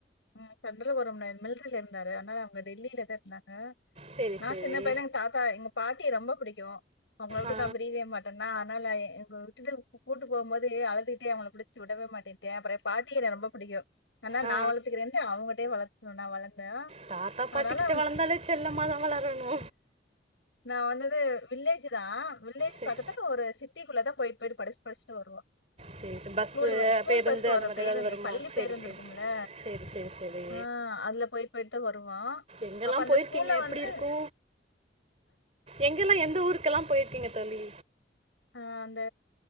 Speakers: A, on the left (about 85°); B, on the right (about 35°).
A: ம் சொந்த ஊரு <unintelligible> தா இருந்தாரு அன்னால அவங்க டெல்லியிலதா இருந்தாங்க
B: சரி
A: நா
B: சரி
A: சின்ன பையதா எங்க தாத்தா எங்க பாட்டி ரொம்ப புடிக்கு உங்கள விட்டு
B: ஆ
A: நா பி ரிய மாட்டனா ஆனால எங்க விட்டுட்டு கூட்டு போம் போது அழுதுகிட்டே அவங்கள புடிச்சிட்டு விடவேமாட்டே டே அப்புற பாட்க் என்ன ரொம்ப புடிக்கு ஆனா
B: ஆ
A: நா வளத்துக்குறேன்ட்டு அவங்கிட்டே வளர்த் நா வளந்தே
B: தாத்தா
A: அதனால
B: பாட்டிக்கிட்ட வளந்தாலே செல்லமா தா வளரணு
A: நா வந்தது வில்லேஜ் தா வில்லேஜ்
B: சரி
A: பக்கத்துல ஒரு சிட் டி குள்ளதா போயிட் போயிட்டு படிஸ் படிஸ்ட்டு வருவோ
B: சரி சரி பஸ்ஸு
A: ஸ்கூல் ஸ்கூல்
B: பேருந்து
A: பஸ்
B: அந்த
A: வர
B: மாதிரி
A: பேருந்து
B: ஏதாவது வருமோ
A: பள்ளி
B: சரி
A: பேருந்து
B: சரி
A: இருக்கும் இல்ல
B: சரி சரி சரி
A: ஆ அதுல போய் போயிட்டு தா வருவோ
B: எங்க எல்லா
A: அப்ப அந்த
B: போயிருக்கீங்க
A: ஸ்கூல்ல
B: எப்படி
A: வந்து
B: இருக்கு எங்க எல்லா எந்த ஊருக் எல்லா போயிருக்கீங்க தோழி
A: ஆ அந்த